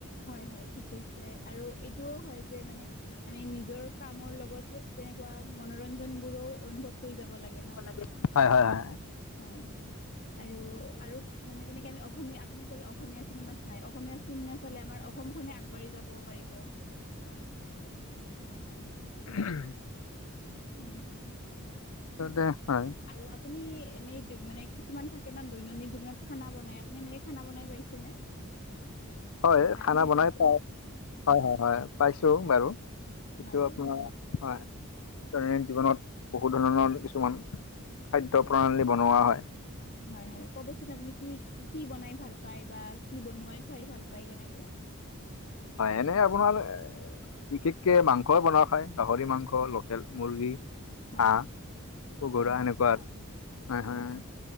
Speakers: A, on the left (about 50°); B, on the left (about 70°).
A: হয় হয় ঠিক কৈছে আৰু এইটোও হয় যে মানে আমি নিজৰ কামৰ লগতহে তেনেকুৱা মনোৰঞ্জন বোৰো অনুভৱ কৰি যাব লাগে।
B: যাব
A: ন
B: লাগে। হয় হয় হয়।
A: হয় আৰু আৰু মানে তেনেকে আমি অসমীয়া আপুনি ক'লে অসমীয়া চিনেমা চাই অসমীয়া চিন নাচালে আমাৰ অসমখনে আগবাঢ়ি যাব পাৰিব। হয় হয়
B: উম
A: উম
B: হয় দে হয়
A: আৰু আপুনি এনেই মানে কিছুমান থাকে ন দৈনন্দিন জীৱনত খানা বনাই, আপুনি এনেকে খানা বনাই পাইছেনে?
B: হয়
A: ৰান্ধি
B: খানা বনাই
A: পাইছেনে
B: পা হয় হয় হয় পাইছো বাৰু। এইটো
A: হয়
B: আপোনাৰ হয় দৈনন্দিন জীৱনত বহু ধৰণৰ কিছুমান খাদ্য প্ৰণালী বনোৱা হয়।
A: হয়, হয় কবচোন আপুনি কি কি বনাই ভাল পায় বা কি বনোৱাই খুৱাই ভাল পায় তেনেকে।
B: হয়। এনেই আপোনাৰ <unintelligible> বিশেষকে মাংসই বনোৱা হয়। গাহৰি মাংস, লোকেল মুৰ্গী। <unintelligible>
A: হয়
B: হাঁহ <unintelligible> পগৰা
A: হয় হয়
B: এনেকুৱাত হয়-হয়-হয়।
A: হয় হয়